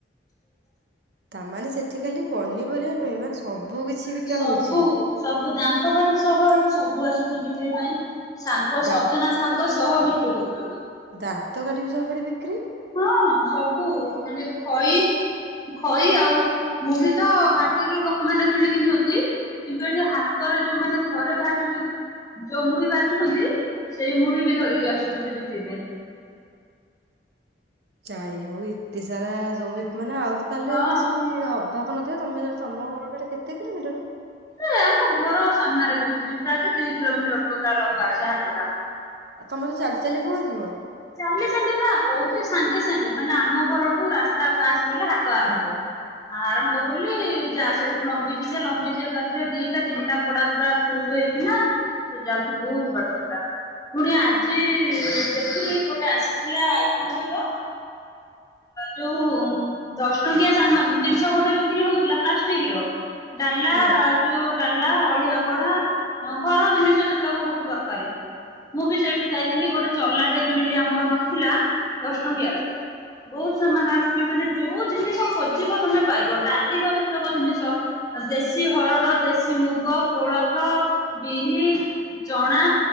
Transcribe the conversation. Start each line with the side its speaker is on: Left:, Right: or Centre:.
Right: ତାମାନେ ସେଠି ଖାଲି ପନିପରିବା ନୁହେଁ ମାନେ ସବୁ କିଛି ବିକା
Left: ସବୁ
Right: ହଉଛି
Left: ସବୁ ଦାନ୍ତକାଠି ସହ ଏଠି ସବୁ ଆସୁଛି ବିକ୍ରି ପାଇଁ। ଶାଗ
Right: ଦା
Left: ସଜନା ଶାଗ ସହ ବିକ୍ରି କରୁଚନ୍ତି।
Right: ଦାନ୍ତ କାଠି ବି ସବୁ ପଡେ ବି?
Left: ହଁ ସବୁ ମାନେ ଖଇ ଖଇ ଆଉ ମୁଢି ତ ଭାଟିରୁ ଲୋକମାନେ କିଣିକି ନିଅନ୍ତି। କିନ୍ତୁ ଏଠି ହାତରେ ଯୋଉମାନେ ଘରେ ଭାଜୁଛନ୍ତି। ଯୋଉ ମୁଢି ଭାଜୁଛନ୍ତି ସେଇ ମୁଢି କି ଧରିକି ଆସୁଛନ୍ତି ବିକ୍ରି ପାଇଁ।
Right: ଯାଇ ହଉ ଏତେ ସାରା ସବୁ ବିକିବ ନା ଆଉଚି। ତାହେଲେ
Left: ହଁ।
Right: କିଛି ଅଭାବ ନଥିବ ତୋମେ <unintelligible> ତୋମ ଘର ଟା କେତେ କିଲୋମିଟର?
Left: ସେ ଆମ ଘର ସାମ୍ନାରେ ବସୁଛି ପୁରା ଯେ ଦି କିଲୋମିଟର ପୁରା ଲମ୍ବା ସେ ହାଟ ଟା।
Right: ଆ ତୋମେ ତ ଚାଲି ଚାଲି ପଳଉଥିବ?
Left: ଚାଲି ଚାଲି ପା କହୁଛି ସାଙ୍ଗେ ସାଙ୍ଗେ ମାନେ ଆମ ଘରଠୁ ରାସ୍ତା ପାସ୍ କଲେ ହାଟ ଆରମ୍ଭ। ଆରମ୍ଭ ବୋଲି ଯା ସେଠୁ ଲମ୍ବିଛି ଯେ ଲମ୍ବିଛି ଏକାଥରେ ଦିଟା ତିନିଟା ପଡା ପୁରା। ଫୁଲ୍ ହେଇକିନା ସେ ଯାଉଛି ବହୁତ ବାଟ ପୁରା। ପୁଣି ଆଜି ଦେଖିଲି ଗୋଟେ ଆସିଥିଲା କଣ କହିଲ? ଯୋଉ ଦଶ ଟଙ୍କିଆ ସାମା- ଜିନିଷ ଗୋଟେ ବିକ୍ରି ହଉଥିଲା ପ୍ଲାଷ୍ଟିକ୍ ର। ଡାଲା
Right: ହଁ
Left: ଯୋଉ ଡାଲା, ଅଳିଆ କଢା ଅଁ, ଘର ଜିନିଷ ଯେତେକ ସବୁ ଦରକାରେ। ମୁଁ ବି ସେଇଠୁ ଯାଇଥିଲି ଗୋଟେ ଚଲାଟେ କିଣିଲି ଆମର ନଥିଲା ଦଶ ଟଙ୍କିଆ ର। ବହୁତ ସାମାନ୍ ଆସିଛି। ମାନେ ଯୋଉ ଜିନିଷ ଖୋଜିବ ତୋମେ ପାଇବ। ଡାଲିର ଯେତେକ ଜିନିଷ। ଆ, ଦେଶୀ ହରଡ, ଦେଶୀ ମୁଗ, କୋଳଥ, ବିରି। ଚଣା।